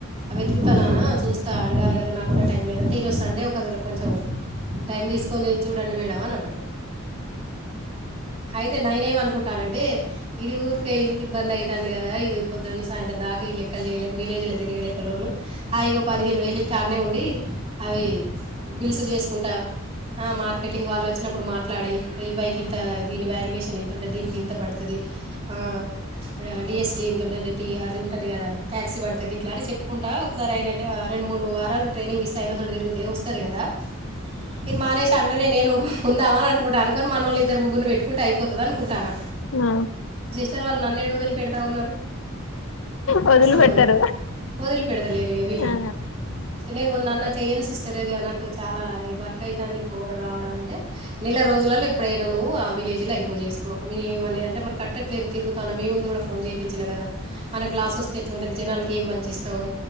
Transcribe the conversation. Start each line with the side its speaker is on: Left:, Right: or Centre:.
Right: వెతుకుత నాన్నా చూస్ త అడగాలి కదా నాకు కూడా టైం లేదంటే ఈరోజు సండే ఒకదల కొంచెం టైం తీసుకొని చూడండి మేడం అని అన్నరు. అయితే నేనేం అను కుంటానంటే ఇది ఊరికే ఇంత ఇబ్బంది అయితాంది కదా, ఇది పొద్దనుంచి సాయంత్ర దాకా ఈ లెక్కలు చేయలేక వీలు <unintelligible> తిరగలేక లోన్లు ఆ ఇగా పదిహేను వేలు ఇత్తే ఆడ్నే ఉండి అవి బిల్సు చేస్ కుంటా ఆ మార్కెటింగ్ వాళ్ళు వచ్చినప్పుడు మా ట్లాడి ఈ బైక్ ఇంత దీని వాల్యుయేషన్ ఇంతా ఉంటది, దీనికి ఇంత పడుతది ఆ ఆ డిఎస్టీ ఇంత ఉంటది, టిఆర్ అది ఉంటది కదానే టాక్సీ పడుతది ఇట్లా అని చెప్పుకుంటా ఒకసారి అయినా రెండు మూడు వారాలు ట్రైనింగ్ ఇస్తే అయినతోటి తిరిగితే వస్తది కదా, ఇది మానేసి అన్ల నేను ఉందామని అనుకుంటా అనుకోని మనోళ్ళు ఇద్దరు ముగ్గురు పెట్టుకుంటే అయిపోతది అనుకుంటానా.
Left: ఆ
Right: తర్ వాళ్ళు నన్నేడా వదిలిపెడతా ఉన్నరు.
Left: వదిలి
Right: అస్సలే
Left: పెట్టరు
Right: వదులు వదిలి పెడదలేరు ఇగ వీల్లు.
Left: ఆ
Right: సరేనేం మొన్న అన్న చెయ్యను సిస్టర్ ఇగ నాకు చాలా ఈ వర్క్ అయితాంది పోవుడు, రావడం అంటే నెల రోజులల్లో ఎప్పుడైనా నువ్వు ఆ విలేజిలో అయిపోజేస్ మీ మని అంటే మరి కట్టట్లేదు తిరుగుతన్నా మీ ముందు కూడా ఫోన్ చేపిచ్చిన గాదా మరీ లస్ వస్తే ఎట్లుంటది. జనాలకి ఏం మంచి ఇస్తాము.